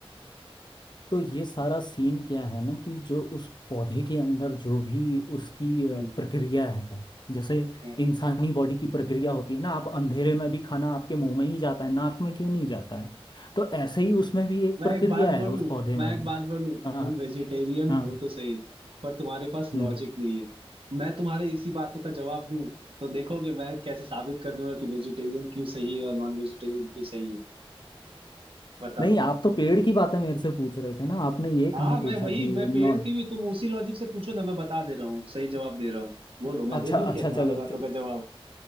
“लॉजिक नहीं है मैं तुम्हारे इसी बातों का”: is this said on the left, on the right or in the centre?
Right